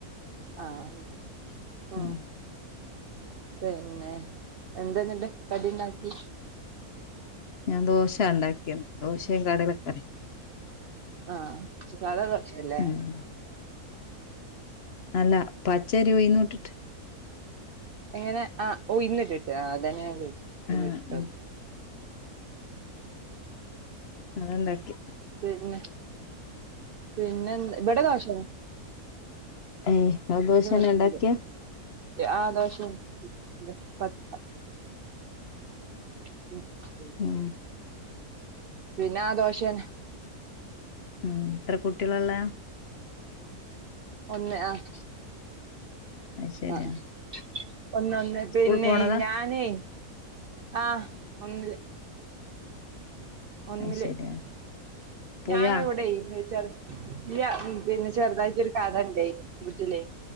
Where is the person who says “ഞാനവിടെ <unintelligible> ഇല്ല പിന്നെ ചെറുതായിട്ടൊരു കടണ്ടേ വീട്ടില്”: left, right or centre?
Right